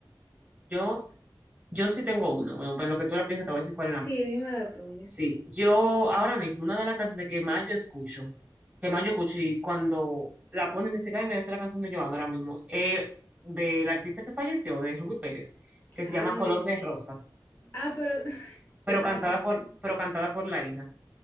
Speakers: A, on the right; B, on the left.
A: Yo, yo sí tengo uno. Bueno, pues en lo que tú la piensas, te voy a decir cuál es la
B: Sí,
A: mía.
B: dime la tuya.
A: Sí, yo ahora mismo, una de las canciones que más yo escucho, que más yo escucho y cuando la ponen, dice, ay, mira, esta es la canción de Joan ahora mismo, eh, del artista que falleció, de Ruby Pérez, que se
B: Ay.
A: llama Color de Rosas,
B: Ah, pero <laughs>
A: pero
B: yo estaba
A: cantada
B: pensando.
A: por, pero cantada por la hija,